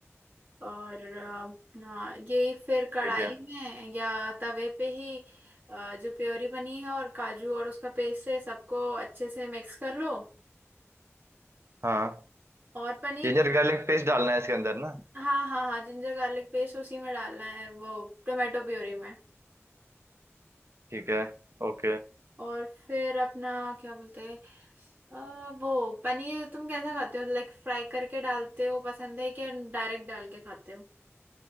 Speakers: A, on the right; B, on the right.
A: और अ, हाँ यही फिर कढ़ाई
B: ठीक है
A: में या तवे पे ही अ, जो प्योरी बनी है और काजू और उसका पेस्ट है सबको अच्छे से मिक्स कर लो
B: हाँ
A: और पनीर
B: जिंजर गार्लिक पेस्ट डालना है इसके अंदर ना
A: हाँ हाँ हाँ जिंजर गार्लिक पेस्ट उसी में डालना है वो टोमेटो प्योरी में
B: ठीक है ओके
A: और फिर अपना क्या बोलते हैं अ, वो पनीर तुम कैसा खाते हो लाइक फ्राई करके डालते हो पसंद है क्या डायरेक्ट डाल के खाते हो